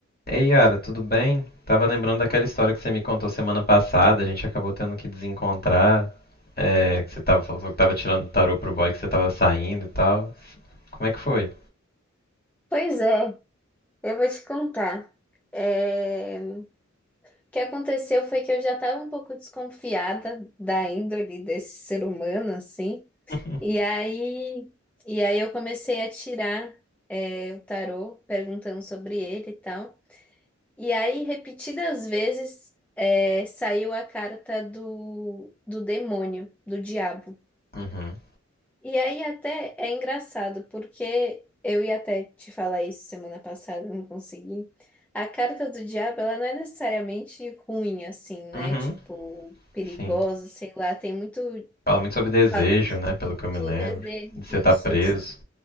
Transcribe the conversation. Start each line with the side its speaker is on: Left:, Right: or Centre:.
Left: Ei, Yara, tudo bem? Tava lembrando daquela história que você me contou semana passada, a gente acabou tendo que desencontrar, é, que você tava, falou que tava tirando tarô pro boy que você tava saindo e tal. Como é que foi?
Centre: Pois é, eu vou te contar. É, O que aconteceu foi que eu já estava um pouco desconfiada da índole desse ser humano, assim.
Left: <laughs>
Centre: E aí, e aí eu comecei a tirar, é, o tarô, perguntando sobre ele e tal. E aí, repetidas vezes, é, saiu a carta do, do demônio, do diabo.
Left: Uhum.
Centre: E aí até é engraçado, porque eu ia até te falar isso semana passada, não consegui. A carta do diabo, ela não é necessariamente ruim, assim, né?
Left: Uhum,
Centre: Tipo, perigosa,
Left: sim.
Centre: sei lá. Tem muito
Left: Fala muito sobre desejo,
Centre: fala de,
Left: né, pelo que eu me lembro,
Centre: de desejo,
Left: de
Centre: de
Left: você estar
Centre: instinto,
Left: preso.